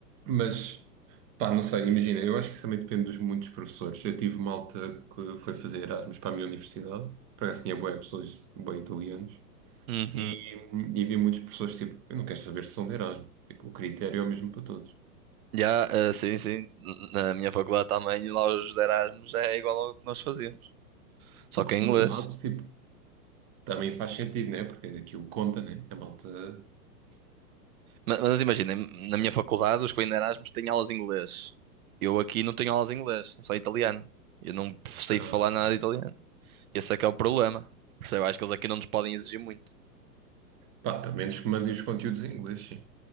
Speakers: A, on the right (about 15°); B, on the right (about 55°).
A: mas, pá, não sei, imagina, eu acho que isso também depende dos muitos professores. Eu tive malta que foi fazer Erasmus para a minha universidade, para acaso tinha boas pessoas, boas italianos,
B: Uhum.
A: e, e vi muitos professores tipo, eu não quero saber se são de Erasmus. Tipo, o critério é o mesmo para todos.
B: Já, eh, sim, sim. Na minha faculdade também, lá os Erasmus é igual ao que nós fazíamos. Só
A: O que,
B: que em
A: por
B: inglês.
A: um lado, tipo, Também faz sentido, né? Porque aquilo conta, né? A malta.
B: Mas, mas imaginem, na minha faculdade, os que vêm de Erasmus têm aulas em inglês. Eu aqui não tenho aulas em inglês, é só italiano. Eu não sei
A: ah,
B: falar nada de italiano. Esse é que é o problema. Eu acho que eles aqui não nos podem exigir muito.
A: pá, a menos que mandem os conteúdos em inglês, sim.